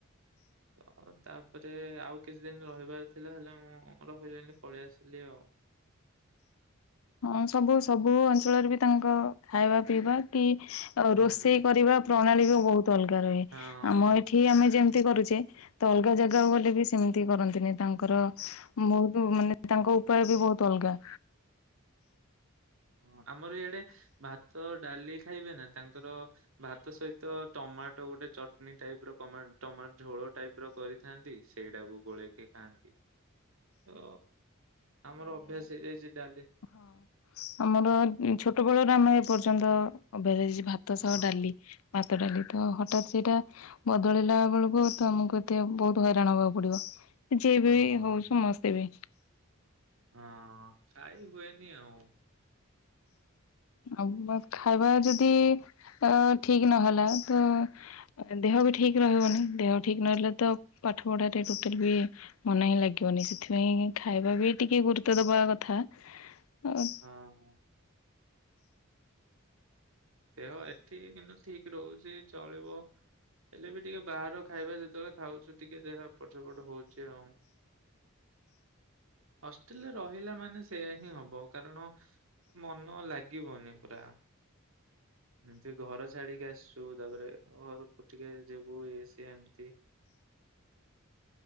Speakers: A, on the right; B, on the left.
A: ଅ ତାପରେ ଆଉ କିଛି ଦିନ ରହିବାର ଥିଲା ହେଲେ ମୁଁ ରହିଲିନି ପଳେଇ ଆସିଲି ଆଉ।
B: ହଁ ସବୁ ସବୁ ଅଞ୍ଚଳରେ ବି ତାଙ୍କ ଖାଇବା ପିଇବା କି ଅ
A: ହୁଁ
B: ରୋଷେଇ କରିବା ପ୍ରଣାଳୀ ବି ବହୁତ ଅଲଗା ରୁହେ
A: ହଁ।
B: ଆମ ଏ ଠି ଆମେ ଯେମତି କରୁଚେ ତ ଅଲଗା ଜାଗାକୁ ଗଲେ ବି ସେମିତି କରନ୍ତିନି ତାଙ୍କର। ଉଁ ବହୁତ ମାନେ ତାଙ୍କ ଉପାୟ ବି ବହୁତ ଅଲଗା।
A: ହଁ ଆମର ଇଆଡେ ଭାତ ଡାଲି ଖାଇବେ ନା ତାଙ୍କର ଭାତ ସହିତ ଟମାଟୋ ଗୋଟେ ଚଟନି ଟାଇପ ର କମାଟ ଟମାଟ ଝୋଳ ଟାଇପ୍ ର କରିଥାନ୍ତି ସେଇଟାକୁ ଗୋଳେଇକି ଖାଆନ୍ତି ତ ଆମର ଅଭ୍ୟାସ ହେଇଯାଇଚି ଡାଲି।
B: ହଁ ଆମର ଉଁ ଛୋଟ ବେଳରୁ ଆମେ ଏ ପର୍ଯ୍ୟନ୍ତ ଅଭ୍ୟାସ ହେଇଚି। ଭାତ ସହ
A: ହଁ
B: ଡାଲି ଭାତ ଡାଲି। ତ ହଠାତ୍ ସେଇଟା ବଦଳିଲା ବେଳକୁ ତ ଆମକୁ ଏତେ ବହୁତ ହଇରାଣ ହବାକୁ ପଡିବ। ଯିଏ ବି
A: ହଁ।
B: ହଉ ସମସ୍ତେ ବି।
A: ହଁ ଖାଇ ହୁଏନି ଆଉ।
B: ଆଉ ଅ ଖାଇବା ଯଦି ଅ ଠିକ୍ ନହେଲା ତ ଅ ଏଁ ଦେହ ବି ଠିକ୍ ରହିବନି ଦେହ ଠିକ୍ ନ ରହିଲେ ତ ପାଠ ପଢାରେ ଟୋଟାଲ ବି ମନ ହିଁ ଲାଗିବନି ସେଥିପାଇଁ ଖାଇବା ବି ଟିକେ ଗୁରୁତ୍ବ ଦବା କଥା ଆଉ
A: ହଁ। ଦେହ ଏଠି କିନ୍ତୁ ଠିକ ରହୁଚି, ଚଳିବ। ହେଲେ ବି ଟିକେ ବାହାର ଖାଇବା ଯେତେବେଳେ ଖାଉଚୁ, ଟିକେ ଦେହ ଏପଟ ସେପଟ ହଉଚି ଆଉ। ହଷ୍ଟେଲେରେ ରହିଲା ମାନେ ସେଇୟା ହିଁ ହବ, କାରଣ ମନ ଲାଗିବନି ପୁରା। ଏମତି ଘର ଛାଡିକି ଆସଛୁ, ତାପରେ ଘରକୁ ଟିକେ ଯିବୁ, ଇଏ ସିଏ ଏମତି।